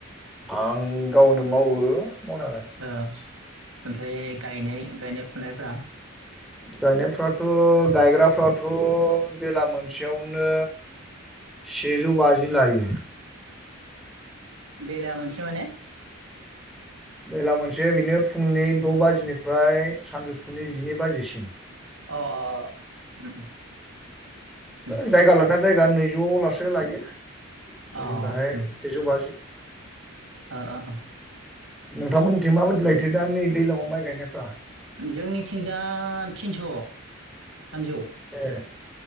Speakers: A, in the centre; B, on the right.
A: आं गावनो मावो। मावनायालाय
B: ओमफ्राय गायनाय गायनाय फुनायफ्रा
A: गायनायफ्राथ' गायग्राफ्राथ' बेला मोनसेयावनो सेजौ बाजि लायो
B: बेला मोनसे माने
A: बेला मोनसे बेनो फुंनि द' बाजिनिफ्राय सानजौफुनि जिनै बाजिसिम
B: अ अ उम उम
A: जायगा लाना जायगा नैजौ लासो लायो जोंनि
B: अ
A: याहाय
B: उम
A: थजौ बाजि
B: ओ ओ
A: नोंथांमोनथिं माबायदि लायथो दा नै दैज्लाङाव माइ गायनायफ्रा
B: जोंनिथिंदा थिनस' थामजौ
A: ए